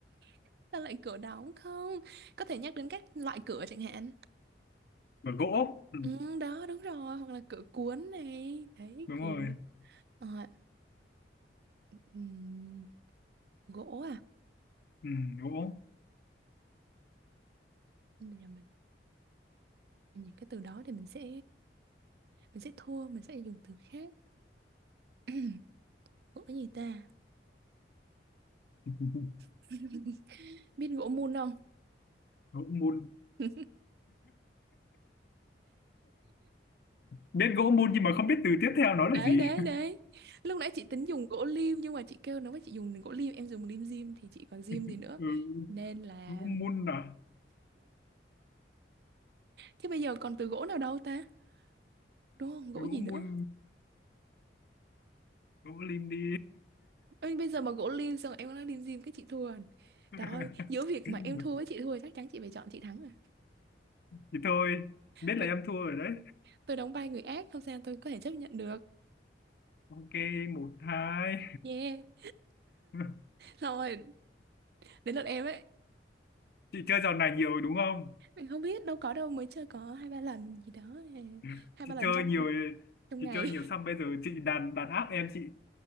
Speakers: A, on the right (about 60°); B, on the left (about 55°).
A: <laughs> Sao lại cửa đóng không? Có thể nhắc đến các loại cửa chẳng hạn.
B: cửa gỗ ừ.
A: Ừ, đó, đúng rồi. Hoặc là cửa cuốn này. Đấy,
B: đúng
A: cửa...
B: rồi
A: Ờ, ừ. gỗ à
B: ừ. gỗ
A: nhưng mà giờ mình mình nhìn cái từ đó thì mình sẽ mình sẽ thua mình sẽ dùng từ khác <clears throat> gỗ gì ta
B: <laughs>
A: <laughs> biết gỗ mun không
B: gỗ mun
A: <laughs>
B: biết gỗ mun nhưng mà không biết từ tiếp theo nó
A: đấy
B: là gì
A: đấy đấy lúc nãy chị tính dùng gỗ lim nhưng mà chị kêu nó với chị dùng gỗ lim em dùng lim dim thì chị còn dim
B: <laughs>
A: gì nữa
B: ừ.
A: nên là
B: gỗ mun à
A: chứ bây giờ còn từ gỗ nào đâu ta đúng không gỗ
B: gỗ
A: gì nữa
B: mun gỗ lim đi
A: Ê, bây giờ mà gỗ lim xong rồi em nói lim dim cái chị thua rồi
B: <laughs>
A: trời ơi giữa việc mà em thua với chị thua chắc chắn chị phải chọn chị thắng rồi
B: thì thôi biết
A: tôi
B: là em thua rồi đấy
A: tôi đóng vai người ác không sao tôi có thể chấp nhận được
B: ok một hai
A: yeah <laughs>
B: <laughs>
A: xong rồi đến lượt em ấy
B: chị chơi trò này nhiều rồi đúng không
A: mình không biết đâu có đâu mới chơi có hai ba lần gì đó à,
B: <laughs>
A: hai
B: chị
A: ba lần
B: chơi
A: trong
B: nhiều
A: trong
B: chị
A: ngày
B: chơi nhiều xong bây giờ chị đàn đàn áp em chị